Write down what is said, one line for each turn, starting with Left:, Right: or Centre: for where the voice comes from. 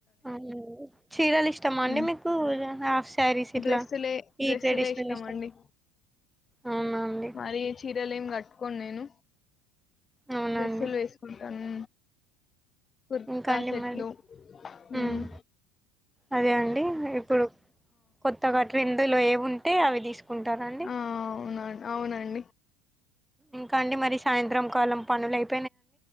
Centre: అ చీరలు ఇష్టమా అండి
Left: ఉమ్.
Centre: మీకు శారీస్ ఇట్లా
Left: డ్రెస్సులే
Centre: ఈ
Left: డ్రెస్సులే
Centre: ట్రెడిషనల్
Left: ఇష్టామ
Centre: ఇష్టం
Left: అండి
Centre: అవునా అండి
Left: మరి చీరలే ఏం కట్టు కొ నేను
Centre: అవునండి
Left: డ్రెస్సులు వేసుకుంటాను కుర్తా
Centre: ఇంకా అండి
Left: సెట్లు
Centre: మరి
Left: మ్
Centre: ఉమ్ అదే అండి ఇప్పుడు కొత్తగా ట్రెండ్ లో ఏం ఉంటే అవి తీసు కుంటారా అండి
Left: ఆ, అవునండి
Centre: ఇంకా అండి మరి సాయంత్రం కాలం పనులు అయి